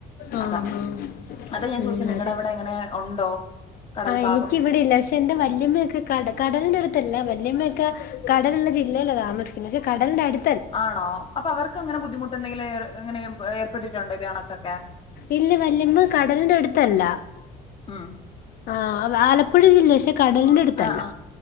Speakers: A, on the left; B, on the left.
A: ആ ആ
B: അതാ അതാ ഞാൻ
A: ഉം
B: ചോദിച്ചത് നിങ്ങടെ
A: അതെ
B: അവിടെ എങ്ങനെ ഉണ്ടോ കടൽ
A: ആ
B: ഭാഗം
A: എനിക്ക് ഇവിടെയില്ല പക്ഷെ എന്റെ വല്യമ്മയൊക്കെ കട കടലിന്റെ അടുത്തല്ല വല്യമ്മ ക കടലുള്ള ജില്ലയില താമസിക്കുന്നത് പക്ഷെ കടലിന്റെ അടു
B: ആണോ അപ്പൊ അവർക്ക് അങ്ങനെ ബുദ്ധിമുട്ട് എന്തെങ്കില് എങ്ങനെ- ഏർപ്പെട്ടിട്ടുണ്ടോ ഇതു കണക്കൊക്കെ
A: ഇല്ല വല്യമ്മ കടലിന്റെ അടുത്തല്ല
B: ഉം
A: ആ ആലപ്പുഴ ജില്ലയാ പക്ഷെ കടലിന്റെ അടുത്തല്ല
B: ആഹ് ആഹ്